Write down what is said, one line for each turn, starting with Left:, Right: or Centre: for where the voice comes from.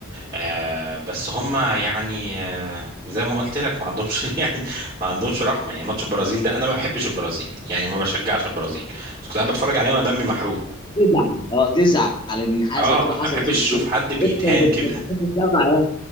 Right: آه بس هم يعني آه زي ما قلت لك ما عندهمش <laughs> يعني ما عندهمش رحمه يعني ماتش البرازيل ده انا ما بحبش البرازيل يعني ما بشجعش البرازيل بس كنت قاعد بتفرج عليه وانا دمي محروق
Left: تزعل اه تزعل ان حاجه
Right: اه
Left: زي كده حصلت
Right: ما بحبش
Left: في الكوره
Right: اشوف حد بيتهان
Left: اكتر بس
Right: كده
Left: ما تحسش سبعه يعني